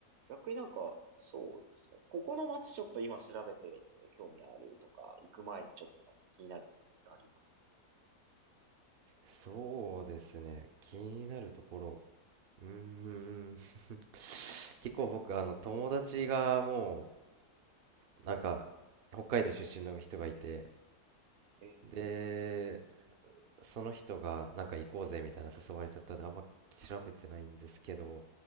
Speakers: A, on the right; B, on the right.
A: 逆になんか、そうですね。ここの街ちょっと今調べてみて興味あるとか、行く前にちょっとここ気になるとかってあります
B: そうですね。気になるところ。うーん。<laughs> 結構僕、あの、友達がもう、なんか、北海道出身の人がいて、
A: え、
B: で、その人が、なんか行こうぜみたいな誘われちゃったんで、あんま調べてないんですけど、